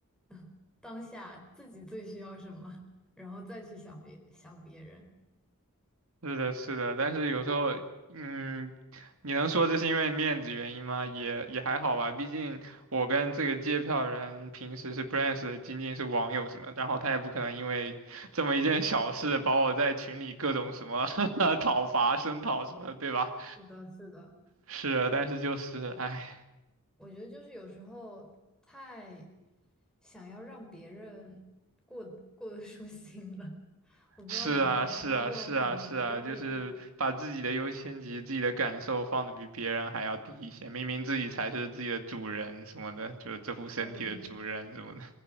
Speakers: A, in the centre; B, on the right (about 70°).
A: <laughs> 当下自己最需要什么，然后再去想别想别人。
B: 是的，是的，但是有时候，嗯，你能说这是因为面子原因吗？也也还好吧，毕竟我跟这个借票人平时是不认识的，仅仅是网友什么，然后他也不可能因为这么一件小事把我在群里各种什么 <laughs> 讨伐、声讨什么的，对吧？
A: 是的，是的，
B: 是的但是就是，唉。
A: 我觉得就是有时候太想要让别人过过得舒心了，<laughs> 我不知道怎么去形容这种感觉，
B: 是啊，是啊，是啊，是啊，
A: 就是
B: 就是把自己的优先级、自己的感受放的比别人还要低一些，明明自己才是自己的主人什么的，就这副身体的主人什么的。
A: 对。